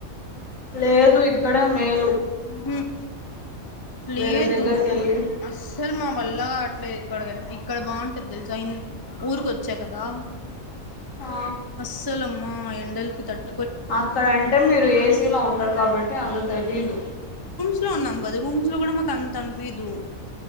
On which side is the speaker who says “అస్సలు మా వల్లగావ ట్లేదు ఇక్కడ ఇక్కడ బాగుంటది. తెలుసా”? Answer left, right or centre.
Left